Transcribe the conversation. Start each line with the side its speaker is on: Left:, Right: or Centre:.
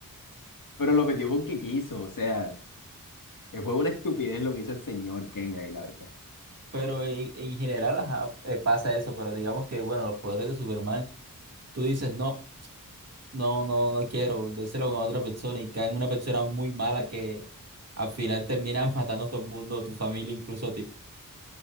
Left: <laughs> Pero lo metió porque quiso, o sea, fue una estupidez lo que hizo el señor Ken ahí, la verdad.
Right: pero en, en general ajá, eh, pasa eso, pero digamos que, bueno, los poderes de Superman, tú dices, no, no, no, no quiero, déselo a otra persona y cae en una persona muy mala que al final termina <laughs> matando a todo el mundo, tu familia incluso a ti.